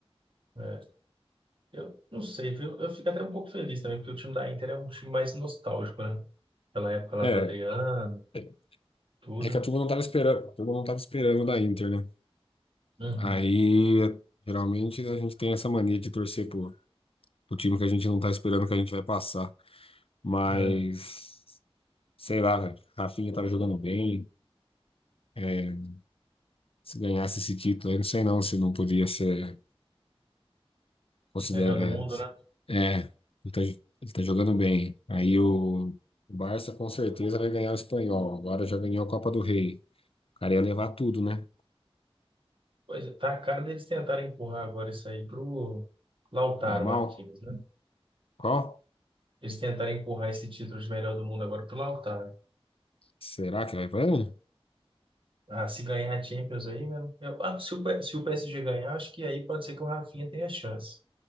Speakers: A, on the right; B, on the left.
A: É. Eu não sei, viu? Eu fico até um pouco feliz também, porque o time da Inter é um time mais nostálgico, né? Pela época lá
B: É,
A: do Adriano,
B: é
A: tudo.
B: é que a turma não tava esperando, a turma não tava esperando da Inter, né?
A: Uhum.
B: Aí, geralmente, a gente tem essa mania de torcer pro, pro time que a gente não tá esperando que a gente vai passar. Mas,
A: É.
B: sei lá, velho, Rafinha tava jogando bem. É, se ganhasse esse título, eu não sei não se não podia ser considerado.
A: Melhor do mundo, né?
B: É, é, ele tá, ele tá jogando bem. Aí o, o Barça com certeza vai ganhar o espanhol. Agora já ganhou a Copa do Rei. O cara ia levar tudo, né?
A: Pois é, tá a cara deles tentarem empurrar agora isso aí pro Lautaro
B: Yamal?
A: Martínez, né?
B: Qual?
A: Eles tentarem empurrar esse título de melhor do mundo agora pro Lautaro.
B: Será que vai ganhar?
A: Ah, se ganhar a Champions aí, né? Eu, ah, se o, P- se o PSG ganhar, acho que aí pode ser que o Rafinha tenha chance.